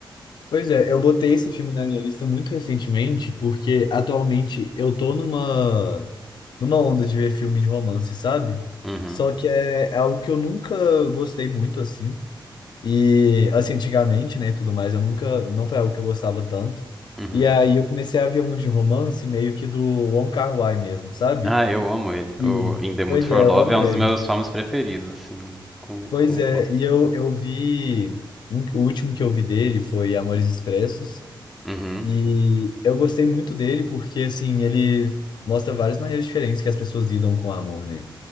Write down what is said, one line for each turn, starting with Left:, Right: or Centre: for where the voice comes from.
Left: Pois é, eu botei esse filme na minha lista muito recentemente, porque atualmente eu tô numa, numa onda de ver filme de romance, sabe?
Centre: Uhum,
Left: Só que é, é algo que eu nunca gostei muito, assim. E assim, antigamente, né, e tudo mais, eu nunca, não foi algo que eu gostava tanto.
Centre: uhum.
Left: E aí eu comecei a ver uns de romance meio que do Wong Kar-wai mesmo, sabe?
Centre: Ah, eu amo ele.
Left: E
Centre: O In the Mood
Left: pois
Centre: for
Left: é,
Centre: Love
Left: eu amo
Centre: é um
Left: ele.
Centre: dos meus filmes preferidos, assim, com,
Left: Pois
Centre: com fã.
Left: é, e eu, eu vi um- o último que eu vi dele foi Amores Expressos
Centre: Uhum,
Left: e eu gostei muito dele porque assim, ele mostra várias maneiras diferentes que as pessoas lidam com o amor, né?